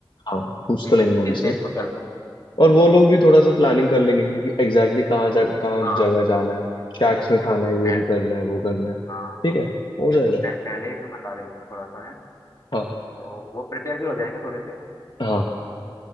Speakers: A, on the left; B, on the left.
A: हाँ पूछ
B: कि
A: तो लेंगे
B: किस
A: उनसे
B: डेट को चलना है
A: और
B: है
A: वो
B: ना
A: लोग भी थोड़ा सा प्लानिंग कर लेंगे कि एग्जैक्टली कहाँ जा कहाँ
B: हाँ
A: जगह जाना है शैक्स
B: बिल्कुल
A: में
B: बिल्कुल
A: खाना है ये
B: पहले
A: भी करना है वो करना है
B: हाँ
A: ठीक है हो
B: बिल्कुल
A: जाएगा
B: पह, पहले ही मैं बता देता हूँ थोड़ा सा है
A: हाँ
B: तो वो प्रिपेयर भी हो जाएंगे थोड़े से
A: हाँ